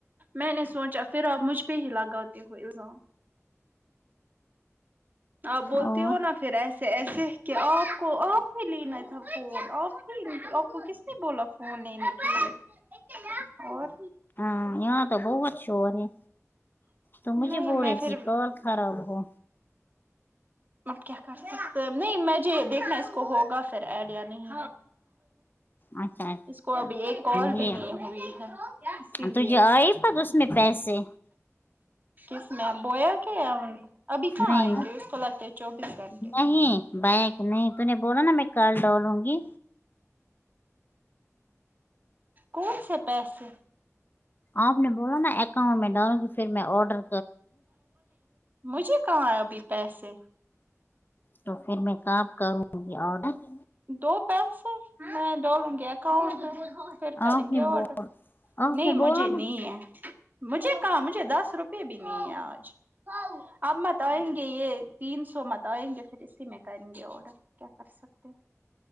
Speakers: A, on the right; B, on the left.
A: میں نے سوچا پھر آپ مجھ پہ ہی لگاتے ہو الزام آپ بولتی
B: اور
A: ہو نا پھر ایسے ایسے کہ آپ کو آپ ہی لینا تھا فون آپ آپ کس نے بولا فون نہیں لینے کے لیے اور
B: ہا یہاں تو بہت شور ہے تو مجھے
A: نہیں
B: بول
A: میں
B: رہی
A: پھر
B: تھی کال خراب ہو
A: آپ کیا کر سکتے ہیں نہیں میںھے دیکھنا اس کو ہوگا پھر ایڈ یا نہیں
B: اچھاچ
A: اس کو ابھی ایک کال
B: یہ
A: بھی نہیں ہوئی ہے اسی لیے
B: تھے آئی پت اس میں پیس سے
A: کس میں بویا کہ ابھی کہاں
B: نہیں
A: آئیں گے اس کو لگتے ہے چوبیس گھنٹے
B: نہیں بایا کہ نہیں تو نے بولا نا میں کال ڈالوں گی
A: کون سے پیسے
B: آپ نے بولا نا اکاؤنٹ میں ڈالو گی پھر میں آرڈر
A: مجھے کہاں آے ابھی پیسے
B: تو پھر میں کب کروں گی آڈر
A: دو پیسے میں ڈولوں گی کال کر پھر کریں
B: آپ نے
A: گے آڈر
B: آپ
A: نہیں
B: نے بولا
A: مجھے
B: نا
A: نہیں ہے مجھے کہاں مجھے دس روپے بیبی نہیں ہے آج اب متائیں گے یہ تین سو متائیں گے پھر اسی میں کریں گے آڈر کیا کر سکتے